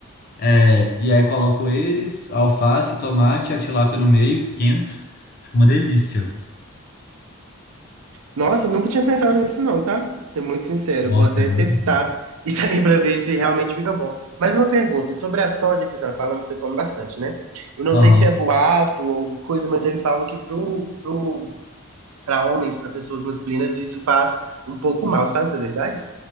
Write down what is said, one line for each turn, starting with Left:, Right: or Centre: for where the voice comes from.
Left: É, e aí coloco eles, alface, tomate, a tilápia no meio, esquento. Fica uma delícia.
Right: Nossa, nunca tinha pensado nisso não, tá? Vou Ser muito sincero,
Left: Nossa,
Right: vou até
Left: é muito
Right: testar
Left: bom.
Right: isso aí <laughs> pra ver se realmente fica bom. Mais uma pergunta, sobre a soja que você tá falando, que você come bastante, né? Eu não
Left: Aham.
Right: sei se é boato ou coisa, mas eles falam que pro, pro, pra homens, pra pessoas masculinas, isso faz um pouco mal, sabe? Isso é verdade?